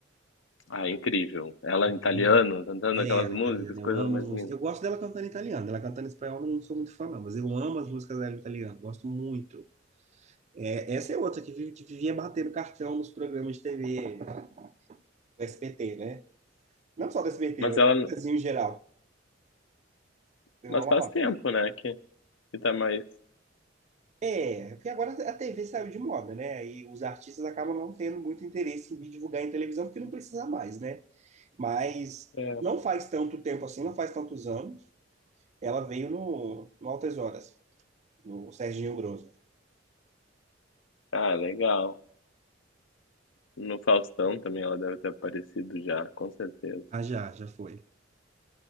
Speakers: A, on the left (about 80°); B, on the right (about 35°).
A: Ah, incrível. Ela
B: Eu
A: em italiano,
B: amo.
A: cantando
B: É,
A: aquelas
B: ela
A: músicas,
B: é italiana,
A: coisa
B: eu amo
A: mais
B: as músicas.
A: linda.
B: Eu gosto dela cantando em italiano, ela cantando em espanhol, eu não sou muito fã, não, mas eu amo as músicas dela em italiano, gosto muito. É, essa é outra que, vive- que vivia batendo cartão nos programas de TV do SBT, né? Não só do SBT,
A: Mas
B: mas
A: ela,
B: do Brasil em geral. Deu
A: mas
B: uma
A: faz
B: palavra.
A: tempo, né, que, que tá mais...
B: É, porque agora a TV saiu de moda, né? E os artistas acabam não tendo muito interesse em vir divulgar em televisão, porque não precisa mais, né? Mas
A: É.
B: não faz tanto tempo assim, não faz tantos anos. Ela veio no, no Altas Horas, no Serginho Grosso.
A: Ah, legal. No Faustão também ela deve ter aparecido já, com certeza.
B: Ah, já, já foi.